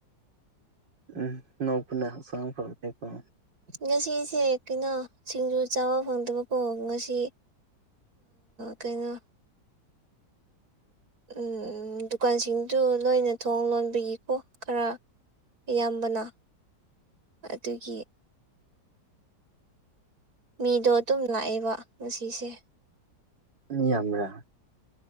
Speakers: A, on the right; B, on the right.
A: ꯎꯝ ꯅꯣꯡꯄꯅ ꯐ
B: ꯉꯁꯤꯁꯦ ꯀꯩꯅꯣ ꯁꯤꯡꯖꯨ ꯆꯥꯕ ꯐꯪꯗꯕꯀꯣ ꯉꯁꯤ ꯀꯩꯅꯣ ꯎꯝ ꯗꯨꯀꯥꯟꯁꯤꯡꯗꯨ ꯂꯣꯏꯅ ꯊꯣꯡ ꯂꯣꯟꯕꯒꯤꯀꯣ ꯈꯔ ꯏꯌꯥꯝꯕꯅ ꯑꯗꯨꯒꯤ ꯃꯤꯗꯣ ꯑꯗꯨꯝ ꯂꯥꯛꯑꯦꯕ ꯉꯁꯤꯁꯦ
A: ꯃꯤ ꯌꯥꯝꯔ